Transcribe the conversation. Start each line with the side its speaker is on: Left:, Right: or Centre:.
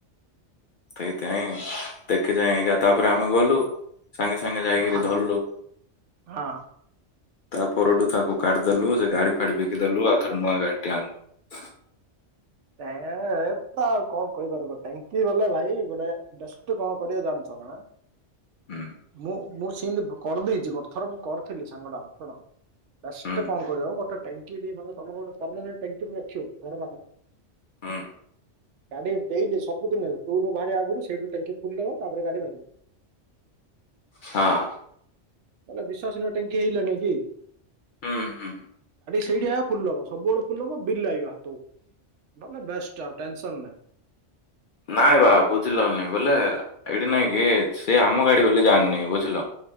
Left: ତେଇତେଇ। ଦେଖି ଯା ତାପରେ ଆମେ ଗଲୁ ସାଙ୍ଗେ ସାଙ୍ଗେ ଯାଇକିରି
Right: ହଁ
Left: ଧରିଲୁ
Right: ହଁ।
Left: ତାପରେ ପରଠୁ ତାକୁ କାଢିଦେଲୁ ସେ ଗାଡି ଫାଡି ବିକିଦଲୁ ଆଉ ଥରେ ନୂଆ ଗାଡିଟି ଆଣିଲୁ।
Right: ତ ଆଉ କଣ କହିପାର ଟାଙ୍କି ଗଲେ ଭାଇ ଗୋଟେଡଷ୍ଟ କଣ କରିବା ଜାଣିଛ ନା।
Left: ହୁଁ
Right: ମୁଁ ମୁଁ ସେମିତି କରିଦେଇଛି ଥର ମୁଁ କରିଥିଲି ସାଙ୍ଗଟାର ଶୁଣ। ଫାଷ୍ଟେ
Left: ହୁଁ
Right: କଣ କରିବ ଗୋଟେ। ଟାଙ୍କିରେ ମାନେ ତମର ଗୋଟେ ପରଣ୍ଟ ଟାଙ୍କି ରଖିବ ଘର ପାଖରେ।
Left: ହଁ
Right: ଗାଡି ଦେଇଲି ସବୁଦିନ ଟୁ ବାହାରିବା ଆଗରୁ ସେଇଠୁ ଟାଙ୍କି ଫୁଲ ଦେବ ତାପରେ ଗାଡି ବାହାରିବ।
Left: ହଁ
Right: ତାଲେ ବିଶ୍ଵାସ ନୁହ ଟାଙ୍କି ହେଇଲାଣି କି।
Left: ହୁଁ ହୁଁ
Right: ସେଇଠି ଫୁଲ ହବ ସବୁବେଳେ ଫୁଲ ହବ ବିଲ ଲାଗିବ ହାତକୁ। ମାନେ ବେଷ୍ଟ ଟେସନ ନାଇଁ।
Left: ନାଇଁ ବା ବୁଝିଲନି ବୋଲେ ଏଇଠି ନାଇଁ କି ସେ ଆମ ଗାଡି ବୋଲି ଜାଣିନି ବୁଝିଲ।